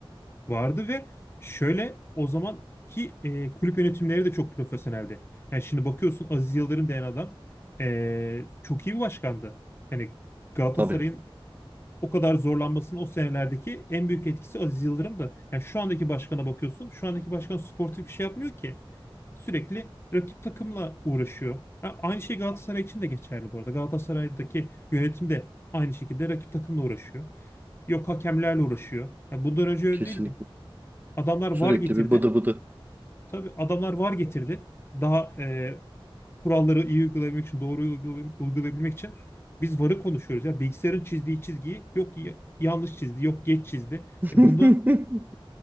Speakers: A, on the left; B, on the right.
A: vardı ve şöyle o zamanki e, kulüp yönetimleri de çok profesyoneldi. Yani şimdi bakıyorsun Aziz Yıldırım denen adam e, çok iyi bir başkandı. Yani Galatasaray'ın
B: Tabii.
A: o kadar zorlanmasının o senelerdeki en büyük etkisi Aziz Yıldırım'dı. Yani şu andaki başkana bakıyorsun. Şu andaki başkan sportif bir şey yapmıyor ki. Sürekli rakip takımla uğraşıyor. Ha, aynı şey Galatasaray için de geçerli bu arada. Galatasaray'daki yönetim de aynı şekilde rakip takımla uğraşıyor. Yok hakemlerle uğraşıyor. Ya bundan önce öyle
B: Kesinlikle.
A: değildi. Adamlar
B: Sürekli
A: VAR getirdi.
B: bir bıdı bıdı.
A: Tabii adamlar VAR getirdi. Daha e, kuralları iyi uygulayabilmek için, doğru uygulay- uygulayabilmek için biz VAR'ı konuşuyoruz. Ya bilgisayarın çizdiği çizgiyi yok y- yanlış çizdi, yok geç çizdi.
B: <laughs>
A: E, bunda